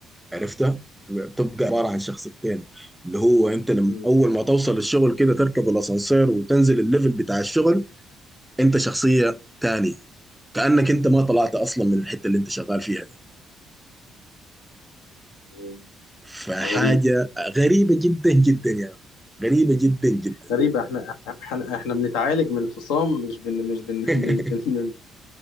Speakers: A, in the centre; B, on the left.
A: عرفتها بتبقى عبارة عن شخصيتين اللي هو انت لما
B: مم.
A: اول ما توصل الشغل كده تركب الاسانسير وتنزل الليفل بتاع الشغل انت شخصية تانية كأنك انت ما طلعت اصلا من الحتة اللي انت شغال فيها دي
B: مم.
A: فحاجة
B: غريب
A: غريبة جدا جدا يعني غريبة جدا جدا
B: غريب احنا احنا احنا بنتعالج من الفصام مش بن مش بن
A: <laughs>
B: <laughs> مش بن